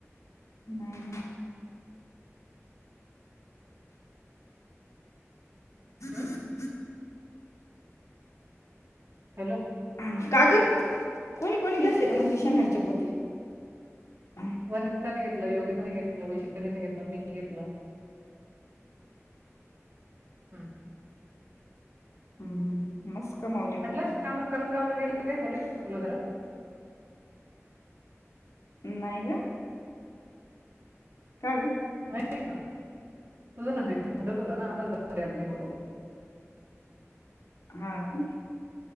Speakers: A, on the left; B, on the right.
A: नाही. ततीती
B: हम्म हॅलो.
A: हा कागद कोणी कोणी
B: हम्म.
A: घेतले का म्हणे शेंगांचे पोते. हम्म
B: वनिताने घेतलं योगिताने घेतलं वैशालीने घेतलं मी घेतलं. हम्म
A: हम्म हम् मस् कमावली
B: म्हटम करंंदगावला गेले काही बोल तुला जरा
A: नाही नाही का? काण
B: नाही पण तुझं ना भांडत होता ना आम्हाला भ द्यायला नाही बनवलं.
A: हा का?